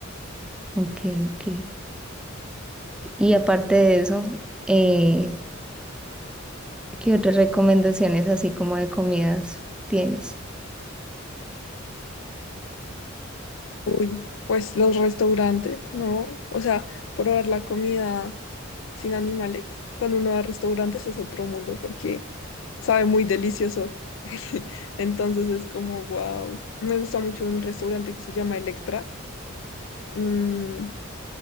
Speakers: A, in the centre; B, on the left.
A: Ok, ok. Y aparte de eso, eh, ¿qué otras recomendaciones así como de comidas tienes?
B: Uy, pues los restaurantes, ¿no? O sea, probar la comida sin animales cuando uno va a restaurantes es otro mundo porque sabe muy delicioso. <laughs> Entonces es como, wow. Me gusta mucho un restaurante que se llama Electra. Mm,